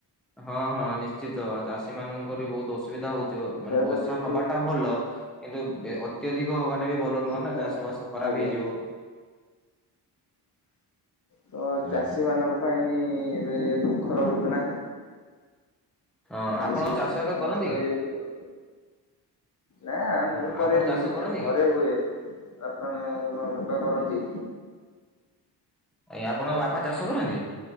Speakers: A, in the centre; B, on the left (about 45°).
A: ହଁ ହଁ ନିଶ୍ଚିତ ଚାଷୀ ମାନଙ୍କ ବି ବହୁତ ଅସୁବିଧା ହଉଥିବ
B: କ୍ଷୟକ୍ଷତି
A: ମାନେ ବର୍ଷା ହବା
B: ବି
A: ଟା ଭଲ କିନ୍ତୁ ଅତ୍ୟଧିକ ହବାଟା ବି ଭଲ ନୁହଁ
B: ବର୍ଷା
A: ନା ଚାଷ ବାଷ ଖରାପ
B: ଆଜ୍ଞା।
A: ହେଇଯିବ।
B: ତ
A: ହଁ
B: ଚାଷୀ ମାନଙ୍କ ପାଇଁ ଏବେ ଇଏ ଦୁଃଖର ଘଟଣା।
A: ହଁ ଆପଣ
B: ବେଶି
A: ଚାଷ ଏକା କରନ୍ତି
B: ନଷ୍ଟ
A: କି?
B: ହେଇଯାଇଛି ତ ନା ମୁଁ
A: ହଁ
B: କରେନି
A: ଆପଣ ଚାଷ କରନ୍ତି
B: ଆମ ଘରେ
A: କି?
B: ହୁଏ। ବାପା ବାପା କରନ୍ତି।
A: ଆଜ୍ଞା ଆପଣଙ୍କ ବାପା ଚାଷ କରନ୍ତି?